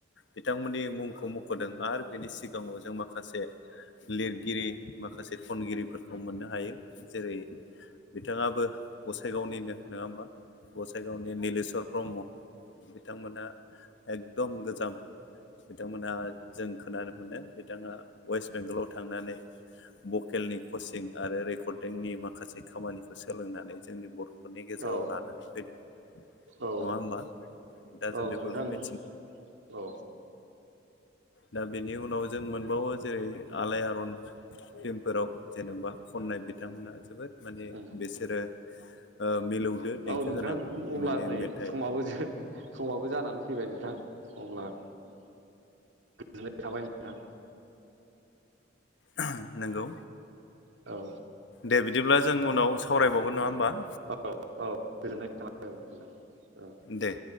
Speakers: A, on the left; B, on the right.
A: बिथांमोननि मुंखौ मख'दों आरो बिनि सिगाङाव जों माखासे लिरगिरि माखासे खनगिरिफोरखौ मोननो हायो जेरै बिथाङाबो गसाइगावनिनो नङा होमबा गसाइगावनि निलेशवर ब्रह्म। बिथांमोना एकदम गोजाम बिथांमोनहा जों खोनानो मोनो बिथाङा वेस्ट बेंगलाव थांनानै भकेलनि कचिं आरो रेकर्डंडिंनि माखासे खामानिखौ सोलोंनानै जोंनि बर' फोरनि गेजेराव
B: औ
A: लानानै फैदों नङा
B: औ
A: होमबा दा
B: औ
A: जों बेफोरखौ
B: नोंथां
A: मि
B: औ।
A: दा बेनि उनाव जों मोनबावो जेरै आलायारन फिल्मफोराव जेनेबा खननाय बिथांमोना जोबोद माने
B: उम
A: बिसोरो ओ मिलौदो देंखो
B: औ नोंथां
A: गोनां
B: अब्ला
A: माने
B: नै
A: मेथाइ
B: समाबो समाबो जानानै फैबाय नोंथां। अब्ला गोजोननाय थाबाय नोंथां।
A: <inaudible> नंगौ।
B: औ।
A: दे बिदिब्ला जों उनाव सावरायबावगोन नङा
B: औ
A: होमबा?
B: औ औ गोजोननाय थाबाय। औ नोंथां औ
A: दे।